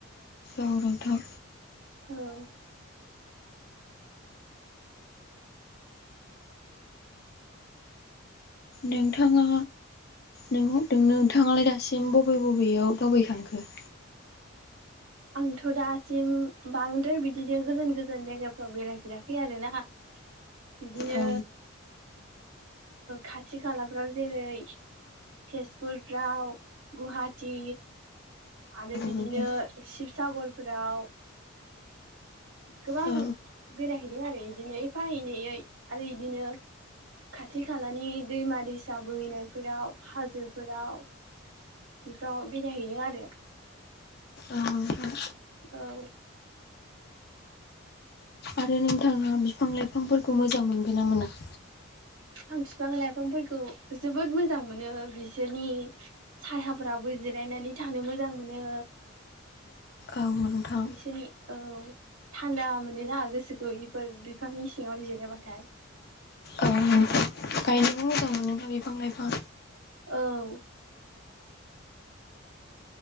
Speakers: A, on the left (about 50°); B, on the right (about 75°).
A: औ नोंथां
B: औ
A: नोंथाङा नोंथाङालाय दासिम बबे बबेयाव दावबायखांखो
B: आंथ' दासिम बांद्राय बिदिनो गोजान गोजान जायगाफ्राव बेरायफेराखै आर ना बिदिनो
A: औ
B: खाथि खालाफ्राव जेरै तेजपुरफ्राव, गुवाहाटि आरो बिदिनो
A: नोंथां
B: शिबसागरफोराव गोबां
A: औ
B: बेरायहैदों आरो इदिनो एफाएनैयै आरो इदिनो खाथि खालानि दैमा दैसा बोहैनायफोराव हाजोफोराव बेफोराव बेरायहैनो आरो।
A: औ नोंथां
B: औ
A: आरो नोंथांङा बिफां लाइफांफोरखौ मोजां मोनगोनना मोना?
B: आं फिफां लाइफांफोरखौ जोबोद मोजां मोनो बिसोरनि सायाफोराबो जिरायनानै थानो मोजां मोनो
A: औ नोंथां।
B: बिसोरनि औ थान्दा मोनोना गोसोखौ बेफोर बिफांनि सिंङाव जिरायाबाथाय।
A: औ नोंथां। गायनोबो मोजां मोनोना बिफां लाइफां
B: औ।